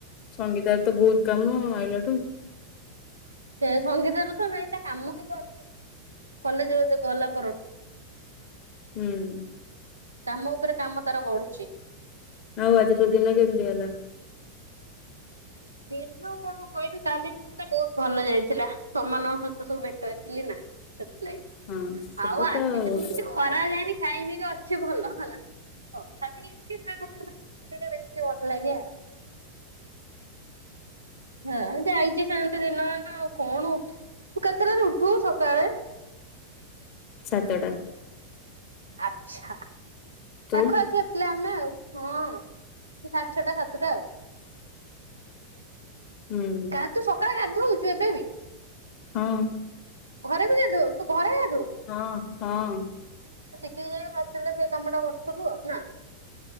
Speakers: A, on the left; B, on the right.
A: ସଙ୍ଗୀତା ର ତ ବହୁତ କାମ ଆଇିଲା ଠୁ ।
B: ସେୟା ସଙ୍ଗୀତା ରା ତ ନାଇ ତା କାମ ହିଁ ସରିନି । କଲେଜରେ ତ ଗଲା ପରଠୁ ।
A: ହୁଁ ।
B: କାମ ଉପରେ କାମ ତାର ବଢୁଛି ।
A: ଆଉ ଆଜି ତୋ ଦିନ କେମିତି ଗଲା ‌।
B: ଦିନ କଣ କହିବି କାଲି ଦିନ ଟା ବହୁତ ଭଲ ଯାଇଥିଲା ତମ ମାନଙ୍କ ସହିତ ସବୁ ଭେଟ ହେଇଥିଲି ନା ‌। ସେଥିଲାଗି
A: ହଁ ସେଟା
B: ଆଉ ଆଜି
A: ତ ହୁଁ
B: ଦିନ ତ କିଛି ଖରା ରେ ଯାଇନି । ଖାଇ ପିକ ଅଛି ଭଲ ହେଲା ତଥାପି ଟିକେ ସାଙ୍ଗ ପିଲାଙ୍କ ସହ ମିଶିଲେ ଟିକେ ବେଶୀ ଭଲ ଲାଗେ ଆଉ। ହଁ ଜାଇଛି ଶେନ୍ତି ଦିନମାନ । ଆଉ କଣ ଉଠୁ ତୁ କେତେ ଟାରେ ଉଠୁ ସକାଳେ ।
A: ସାତଟା ।
B: ଆଛା
A: ତୁ
B: ପାଖ ପାଖିଆ ପିଲା ଆମେ ଆଉ । ହଁ ସେ ସାଡେ ଛଟା ସାତଟା ଆଉ ।
A: ହୁଁ
B: ତାହେଲେ ତୁ ସକାଳେ ଗାଧଉଛୁ ଏବେ ବି।
A: ହଁ ।
B: ଘରେ ବି ଗାଧଉ ତୁ ଘରେ ଗା
A: ହଁ ହଁ ।
B: ଟିକେ ଯାଇସି ହଷ୍ଟେଲ ରେ ସେ କାମ ଟା କରୁଥିଲୁ ଆଉ ନା ।